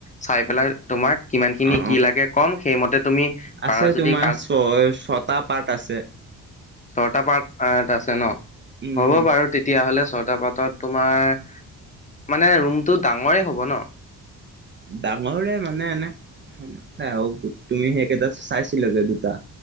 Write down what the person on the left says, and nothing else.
চাই পেলাই তোমাক কিমান খিনি,
কি লাগে কম, সেইমতে তুমি পাৰা
যদি
কাক
ছটা পাৰ্ট এত আছে ন,
হ'ব বাৰু তেতিয়াহ'লে ছট তা পাতত তোমাৰ, মানে ৰুমটো ডাঙৰে হ'ব ন?